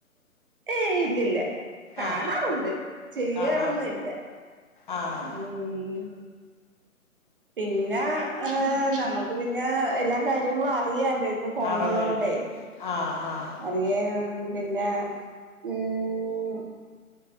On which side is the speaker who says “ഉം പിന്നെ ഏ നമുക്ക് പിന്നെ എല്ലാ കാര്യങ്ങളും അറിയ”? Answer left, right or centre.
Right